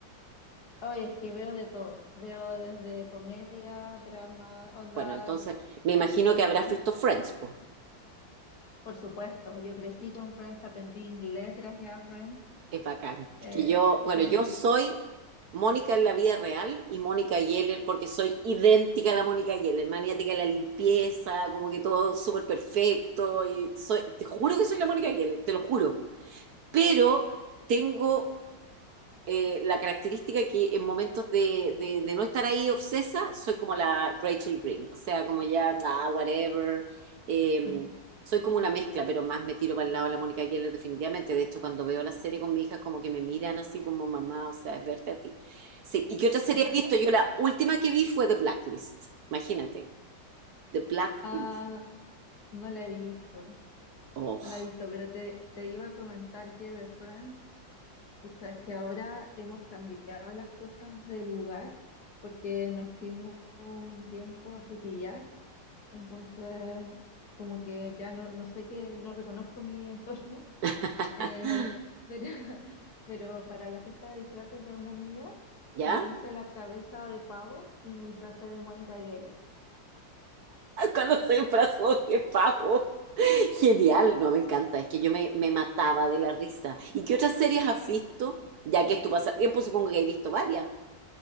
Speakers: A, on the left; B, on the right.
A: hoy es que veo de todo. Veo desde comedia, drama, onda.
B: Bueno, entonces me imagino
A: l-
B: que habrás
A: l-
B: visto Friends, po.
A: Por supuesto, yo crecí con Friends, aprendí inglés gracias a Friends.
B: Es bacán.
A: Eh,
B: Es que yo, bueno,
A: tiene
B: yo soy Mónica en la vida real y Mónica Geller porque soy idéntica a la Mónica Geller, maniática de la limpieza, como que todo súper perfecto y soy, te juro que soy la Mónica Geller, te lo juro. Pero tengo eh, la característica que en momentos de, de- de no estar ahí obsesa, soy como la Rachel Green, o sea, como ya, ah, whatever, eh,
A: un-
B: soy como una mezcla, pero más me tiro para el lado de la Mónica Geller definitivamente, de hecho cuando veo la serie con mi hija como que me miran así como mamá, o sea, es verte a ti. Sí, ¿y qué otra serie
A: <laughs>
B: has visto? Yo la última que vi fue The Blacklist, imagínate, The Blacklist,
A: Ah, no la he visto,
B: oh,
A: no la he visto, pero te, te iba a comentar que de Friends, pucha, es que ahora hemos cambiado las cosas de lugar porque nos fuimos un tiempo a Frutillar Entonces, como que ya no, no sé qué, no reconozco mi entorno,
B: <laughs>
A: eh, pero, <laughs> pero para la fiesta de disfraces de una amiga
B: ¿ya?
A: me hice la cabeza de pavo y me disfracé de Mónica Geller.
B: Cuando se disfrazó de pavo. <laughs> Genial, no, me encanta, es que yo me, me mataba de la risa. ¿Y qué otras series has visto? Ya que es tu pasatiempo, supongo que has visto varias.